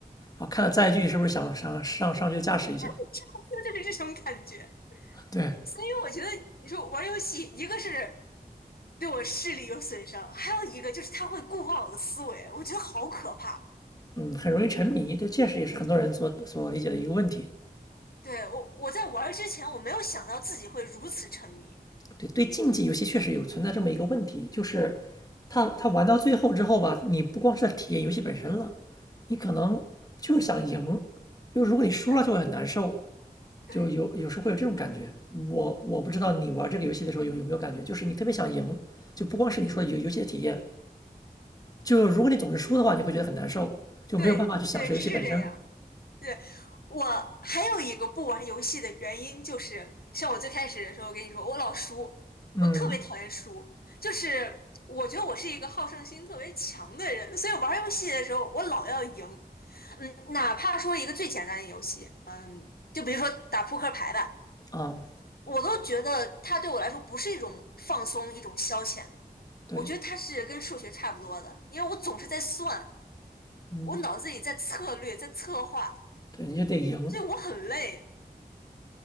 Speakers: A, on the left; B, on the left.
A: 后看到载具是不是想想上上去驾驶一下。
B: <laughs> 就是这种感觉。
A: 对，
B: 所以我觉得，你说玩游戏，一个是对我视力有损伤，还有一个就是它会固化我的思维，我觉得好可怕。
A: 嗯，很容易沉迷，这确实也是很多人所所理解的一个问题。
B: 对，我，我在玩儿之前，我没有想到自己会如此沉迷。
A: 对，对，竞技游戏确实有存在这么一个问题，就是他他玩到最后之后吧，你不光是在体验游戏本身了，你可能就是想赢，就如果你输了就会很难受，
B: <laughs> 是对
A: 就有有时候会有这种感觉。我我不知道你玩这个游戏的时候有有没有感觉，就是你特别想赢，就不光是你说的游游戏的体验，就如果你总是输的话，你会觉得很难受，就没有办法去享受游戏本身。
B: 对对，是这样。对，我还有一个不玩游戏的原因就是，像我最开始的时候跟你说，我老输，
A: 嗯
B: 我特别讨厌输，就是我觉得我是一个好胜心特别强的人，所以玩游戏的时候我老要赢，哪怕说一个最简单的游戏，就比如说打扑克牌吧，
A: 啊，
B: 我都觉得它对我来说不是一种放松，一种消遣，
A: 对，
B: 我觉得它是跟数学差不多的，因为我总是在算，
A: 嗯，
B: 我脑子里在策略，在策划，
A: 对，你就得赢。
B: 所以我很累，